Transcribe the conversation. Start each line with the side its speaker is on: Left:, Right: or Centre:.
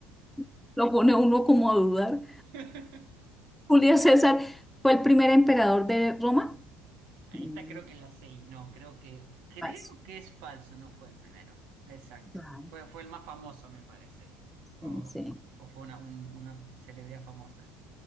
Centre: <laughs> lo pone uno como a dudar.
Right: <laughs>
Centre: Julio César fue el primer emperador de Roma.
Right: Ahí
Centre: Mm,
Right: está, creo que la 6. No, creo que. Creo
Centre: Paso.
Right: que es falso, no fue el primero. Exacto.
Centre: Ah,
Right: Fue, fue el más famoso, me parece. O,
Centre: pensé.
Right: o fue una, un- una celebridad famosa.